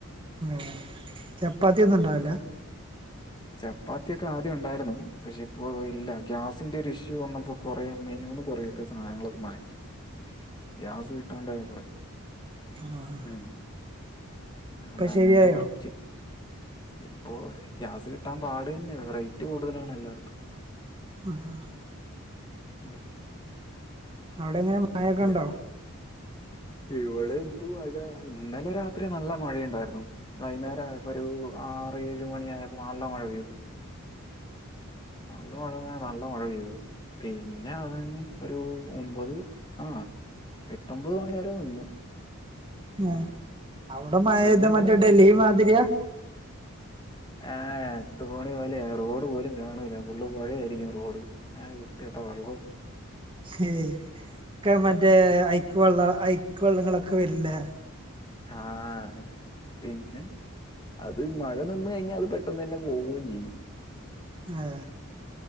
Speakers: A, on the right; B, on the left.
A: ഏ ചപ്പാത്തി ഒന്നും ഉണ്ടാവില്ല?
B: ചപ്പാത്തി ഒക്കെ ആദ്യം ഉണ്ടായിരുന്നു പക്ഷെ ഇപ്പോ ഇല്ല. ഗ്യാസിന്റെ ഒരു ഇഷ്യൂ വന്നപ്പോ കൊറേ മെനൂന്ന് കൊറേക്കെ സാനങ്ങളൊക്കെ മാറ്റി. ഗ്യാസ് കിട്ടാണ്ടായപ്പളെ.
A: അഹ്‌
B: ഉം അണ്ട അങ്ങനത്തെ
A: ശരിയായോ
B: കുറച്ച് ഇപ്പോ. ഗ്യാസ് കിട്ടാൻ പാടതന്നെ റേറ്റ് കൂടുതലാണ് എല്ലാട്തും.
A: ആഹ്
B: ഉം.
A: അവിടെ എങ്ങനെ മഴൊക്കെ
B: ഏ,
A: ഇണ്ടോ.
B: ഇവിടെ എന്ത് മഴ ഇന്നലെ രാത്രി നല്ല മഴയുണ്ടായിരുന്നു. വൈകുന്നേര ആയപ്പോ ഒരു ആറ് ഏഴു മണി ആയപ്പോ നല്ല മഴ പെയ്തു. നല്ല മഴന്നാ നല്ല മഴ പെയ്തു. പിന്നെ അത് ഒരു ഒമ്പത് ആ എട്ടൊമ്പത് മണി വരെ നിന്നു.
A: ഉം അവിടെ മയ
B: പിന്നെ
A: പോയ്താ
B: ഇവിടെന്ന്
A: മറ്റേ ഡൽഹി
B: വെച്ച്
A: മാതിര്യാ.
B: ആഹ് തോണി പോലേയാ റോഡ് പോലും കാണൂല ഫുള്ള് പൊഴയാ ആയിരിക്കും റോഡ്. ആവൃത്തിയട്ട വള്ളവും
A: ഹേ ക മറ്റേ ഐക്ക് വള്ള ഐക്ക് വെള്ളങ്ങളൊക്കെ വര്ല്ലേ?
B: ആഹ ഹേ. പിന്നെ അത് മഴ നിന്ന് കഴിഞ്ഞാ അത് പെട്ടെന്ന് തന്നെ പോവും ചെയ്യും.
A: ആഹ്